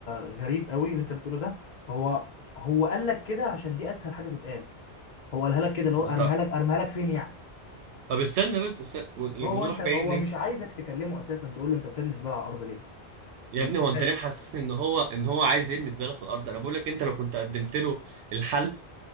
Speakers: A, on the left; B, on the right.
A: غريب قوي اللي انت بتقوله ده هو هو قال لك كده عشان دي اسهل حاجة تتقال هو قالها لك كده اللي هو ارميها
B: طب
A: لك ارميها لك فين يعني
B: طب استنى بس است... ونروح
A: هو انت هو
B: بعيد ليه
A: مش عايزك تكلمه اساسا تقول له انت بترمي الزباله على الارض ليه
B: يا
A: من
B: ابني
A: الاساس
B: هو انت ليه محسسني ان هو ان هو عايز يرمي زباله في الارض انا بقول لك انت لو كنت قدمت له الحل